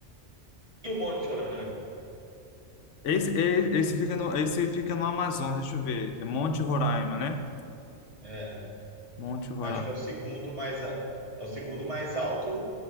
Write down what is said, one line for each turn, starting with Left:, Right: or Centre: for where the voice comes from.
Right: E o Monte Porã?
Left: Esse, e- esse, fica no, esse fica no Amazonas, deixa eu ver. É Monte Roraima, né?
Right: É,
Left: Monte Roraima.
Right: acho que é o segundo mais, a- é o segundo mais alto